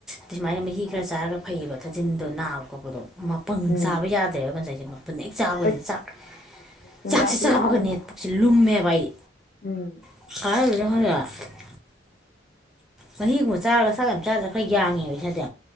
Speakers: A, in the centre; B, on the left (about 50°).
A: ꯇꯨ ꯁꯨꯃꯥꯏꯅ ꯃꯍꯤ ꯈꯔ ꯆꯥꯔꯒ ꯐꯩꯌꯦꯕ ꯊꯥꯖꯤꯟꯗꯣ ꯅꯥꯕ ꯈꯣꯠꯄꯗꯣ ꯃꯄꯪ
B: ꯎꯝ
A: ꯆꯥꯕ ꯌꯥꯗꯦꯕ ꯉꯁꯥꯏꯁꯦ ꯃꯄꯪ ꯍꯦꯛ ꯆꯥꯕꯒꯅꯤ
B: ꯑꯁ
A: ꯆꯥꯛ
B: ꯆꯤꯟꯖꯥꯛꯁꯨ
A: ꯆꯥꯛꯁꯦ ꯆꯥꯕꯒꯅꯦ
B: ꯌꯥꯝꯅ
A: ꯄꯨꯛꯁꯦ ꯂꯨꯝꯃꯦꯕꯥ ꯑꯩ
B: ꯎꯝ
A: <unintelligible> ꯃꯍꯤꯒꯨꯝꯕ ꯆꯥꯔꯒ ꯆꯥꯛ ꯌꯥꯝ ꯆꯥꯗ꯭ꯔ ꯈꯔ ꯌꯥꯡꯉꯦꯕ ꯏꯁꯥꯖꯦ